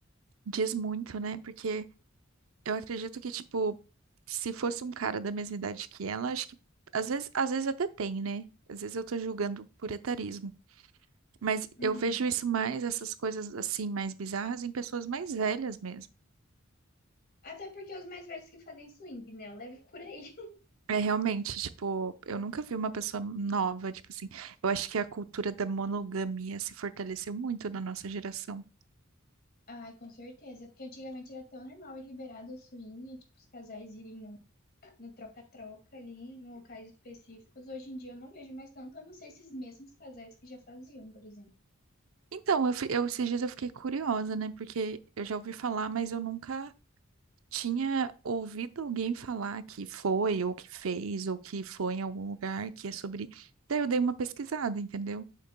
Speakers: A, on the right (about 80°); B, on the left (about 50°).
A: diz muito, né? Porque Eu acredito que, tipo, se fosse um cara da mesma idade que ela, acho que às vezes, às vezes até tem, né? Às vezes eu tô julgando por etarismo. Mas
B: Uhum.
A: eu vejo isso mais, essas coisas assim, mais bizarras, em pessoas mais velhas mesmo.
B: Até porque os mais velhos que fazem swing, né? Eu levo por aí.
A: É realmente, tipo, eu nunca vi uma pessoa nova, tipo assim. Eu acho que a cultura da monogamia se fortaleceu muito na nossa geração.
B: Ai, com certeza, é porque antigamente era tão normal e liberado o swing, tipo, os casais irem no no troca-troca ali, em locais específicos. Hoje em dia eu não vejo mais tanto, a não ser esses mesmos casais que já faziam, por exemplo.
A: Então, eu, fi- eu, esses dias eu fiquei curiosa, né? Porque eu já ouvi falar, mas eu nunca Tinha ouvido alguém falar que foi, ou que fez, ou que foi em algum lugar que é sobre. Daí eu dei uma pesquisada, entendeu?